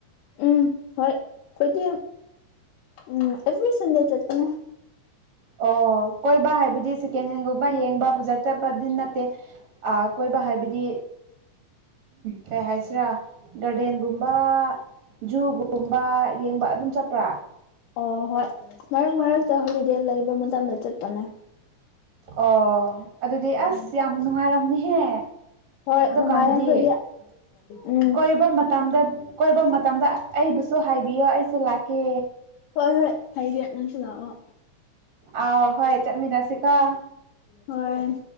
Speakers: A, on the left; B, on the right.
A: ꯎꯝ ꯍꯣꯏ ꯑꯩꯈꯣꯏꯗꯤ ꯎꯝ ꯑꯦꯚ꯭ꯔꯤ ꯁꯟꯗꯦ ꯆꯠꯄꯅꯦ
B: ꯑꯣ ꯀꯣꯏꯕ ꯍꯥꯏꯕꯗꯤ ꯁꯦꯀꯦꯟ ꯍꯦꯟꯒꯨꯝꯕ ꯌꯦꯡꯕ ꯐꯖꯥ ꯆꯠꯄꯗꯤ ꯅꯠꯇꯦ ꯑꯥ ꯀꯣꯏꯕ ꯍꯥꯏꯕꯗꯤ ꯀꯩ ꯍꯥꯏꯁꯤꯔꯥ ꯒꯥꯔꯗꯦꯟꯒꯨꯝꯕ ꯖꯨꯒꯨꯝꯕ ꯒꯨꯝꯕ ꯌꯦꯡꯕ ꯑꯗꯨꯝ ꯆꯠꯄ꯭ꯔꯥ
A: ꯑꯣ ꯍꯣꯏ ꯃꯔꯛ ꯃꯔꯛꯇ ꯍꯣꯂꯤꯗꯦ ꯂꯩꯕ ꯃꯇꯝꯗ ꯆꯠꯄꯅꯦ
B: ꯑꯣ ꯑꯗꯨꯗꯤ ꯑꯁ
A: ꯎꯝ
B: ꯌꯥꯝ ꯅꯨꯡꯉꯥꯏꯔꯝꯅꯤꯍꯦ
A: ꯍꯣꯏ
B: ꯑꯗꯨꯀꯥꯟꯗꯗꯤ
A: ꯅꯨꯡꯉꯥꯏꯔꯦ ꯑꯩꯈꯣꯏꯗꯤ ꯎꯝ
B: ꯀꯣꯏꯕ ꯃꯇꯝꯗ ꯀꯣꯏꯕ ꯃꯇꯝꯗ ꯑꯩꯕꯨꯁꯨ ꯍꯥꯏꯕꯤꯌꯣ ꯑꯩꯁꯨ ꯂꯥꯛꯀꯦ
A: ꯍꯣꯏ ꯍꯣꯏ ꯍꯥꯏꯗꯤ ꯅꯪꯁꯨ ꯂꯥꯛꯑꯣ
B: ꯑꯥꯎ ꯍꯣꯏ ꯆꯠꯃꯤꯟꯅꯁꯤꯀꯣ
A: ꯍꯣꯏ